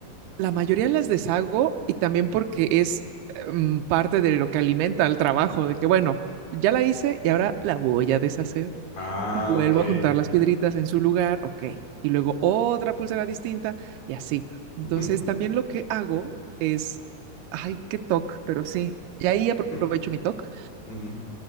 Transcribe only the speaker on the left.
Ah,
ok.
<laughs>
Mm,
mm, Ujú.